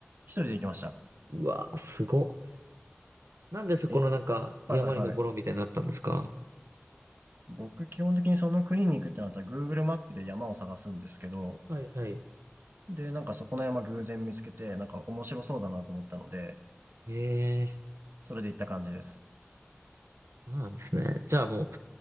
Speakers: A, on the right (about 50°); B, on the right (about 85°).
A: 一人で行きました。
B: うわー、すごっ。なんでそこのなんか、
A: え、はいはいはい。
B: 山に登ろうみたいになったんですか
A: 僕基本的にその国に行くってなったら Google マップで山を探すんですけど、
B: はいはい。
A: で、なんかそこの山偶然見つけて、なんか面白そうだなと思ったので、
B: えー
A: それで行った感じです。
B: そうなんですね。じゃあも